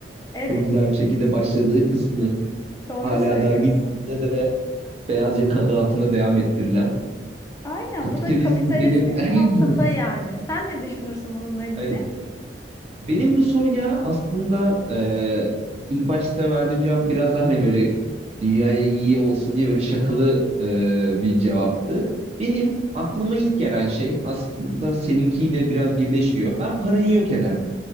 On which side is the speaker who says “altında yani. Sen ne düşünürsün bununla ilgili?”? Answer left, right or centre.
Left